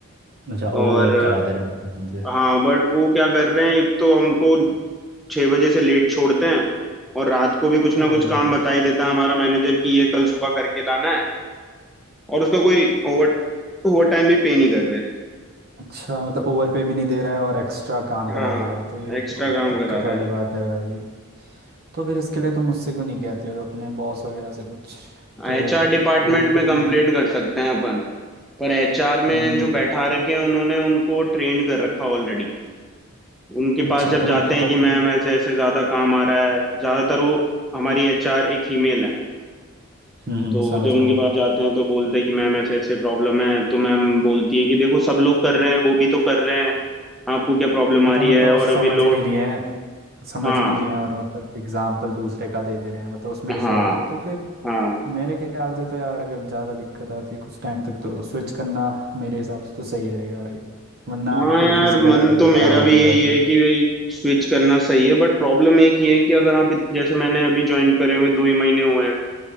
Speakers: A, on the right; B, in the centre.
A: अच्छा ओवर
B: और
A: वर्क करा दे रहे हैं मतलब तुमसे
B: हाँ बट वो क्या कर रहे हैं एक तो हमको छह बजे से लेट छोड़ते हैं और रात को भी कुछ ना
A: अरे
B: कुछ काम बता ही देता है हमारा मैनेजर कि ये कल सुबह करके लाना है और उसका कोई ओवर ओवर टाइम भी पे नहीं कर रहे
A: अच्छा मतलब ओवर पे भी नहीं दे रहा है और एक्स्ट्रा काम
B: हाँ
A: करा दे रहा है तो ये
B: एक्स्ट्रा
A: तो
B: काम
A: दिक्कत
B: करा रहे
A: वाली
B: हैं
A: बात है भाई तो फिर इसके लिए तुम मुझसे क्यों नहीं कहते हो अपने बॉस वगैरह से कुछ तो
B: एचआर डिपार्टमेंट
A: वो
B: में
A: कुछ
B: कंप्लेंट
A: नहीं
B: कर सकते हैं अपन पर एचआर
A: हम्म
B: में जो बैठा रखे हैं उन्होंने उनको ट्रेंड कर रखा ऑलरेडी उनके
A: अच्छा
B: पास जब
A: तो
B: जाते
A: मतलब
B: हैं
A: तुम
B: कि मैम ऐसे ऐसे ज्यादा काम आ रहा है ज्यादातर वो हमारी एचआर एक फीमेल है
A: हम्म हम्म,
B: तो
A: समझ
B: जब
A: रहा
B: उनके
A: हूँ
B: पास
A: मैं
B: जाते हैं तो बोलते हैं कि मैम ऐसे ऐसे प्रॉब्लम है तो मैम बोलती हैं कि देखो सब लोग कर रहे हैं वो भी तो कर रहे हैं आपको क्या प्रॉब्लम आ
A: मतलब
B: रही
A: मतलब
B: है
A: वो
B: और
A: समझ
B: अभी लोड
A: नहीं रही है समझ
B: हाँ
A: नहीं रहे हैं और मतलब एग्जाम्पल दूसरे का दे दे रहे हैं मतलब उसमें
B: हाँ
A: इशू आ रही है तो फिर
B: हाँ
A: मेरे ख्याल से तो यार अगर ज़्यादा दिक्कत आती है कुछ टाइम तक तो स्विच करना मेरे हिसाब से तो सही रहेगा भाई वरना
B: हाँ
A: फिर
B: यार
A: फिजिकल
B: मन
A: हेल्थ भी
B: तो मेरा
A: खराब होते
B: भी यही
A: जाती
B: है
A: है
B: कि भाई स्विच करना सही है बट प्रॉब्लम एक ही है कि अगर आप इत- जैसे मैंने अभी ज्वाइन करे हुए दो ही महीने हुए हैं